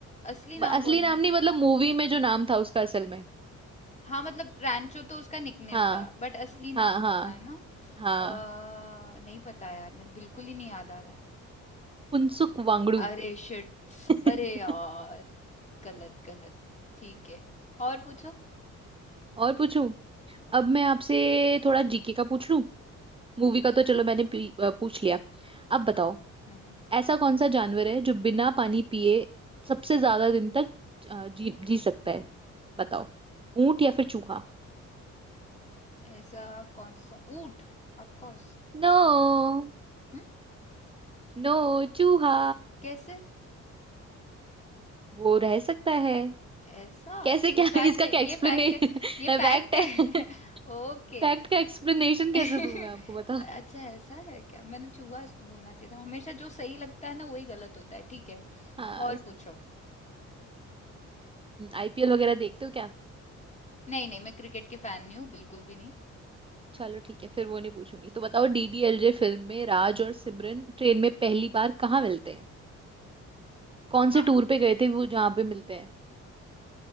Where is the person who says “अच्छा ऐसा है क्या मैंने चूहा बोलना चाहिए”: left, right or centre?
Left